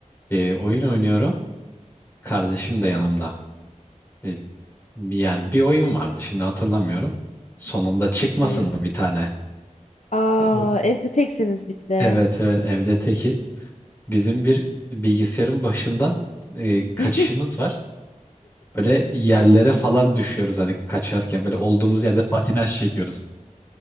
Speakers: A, on the left (about 15°); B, on the left (about 65°).
A: e, oyun oynuyorum. Kardeşim de yanımda. E, yani bir oyun vardı şimdi hatırlamıyorum. Sonunda çıkmasın
B: Hı hı.
A: mı bir tane?
B: Aa,
A: Ev-
B: evde teksiniz bir de.
A: Evet evet evde tekiz. Bizim bir bilgisayarın başından e, kaçışımız
B: <laughs>
A: var. Böyle yerlere falan düşüyoruz hani kaçarken böyle olduğumuz yerde patinaj çekiyoruz.